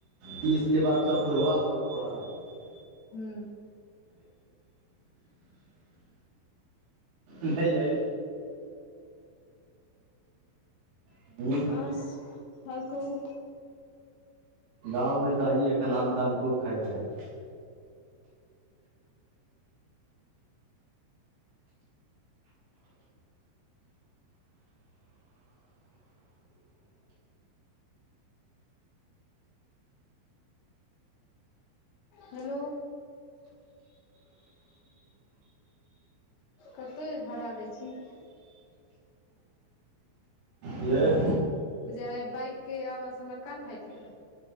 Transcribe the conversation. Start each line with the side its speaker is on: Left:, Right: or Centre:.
Right: तीसके बाद सभ बुढ़वा वर कहय लागै छै
Left: हूँ
Right: नहि यै <inaudible>
Left: हर्ष आओर‌ कहू
Right: गाँव मे त अहीं एखन आम ताम खूब खायत हैब
Left: हेलो कते भड़ा दै छी <unintelligible>
Right: यह
Left: बुझा अय बाइक के आवाज हमरा कान फाटि गेलै ये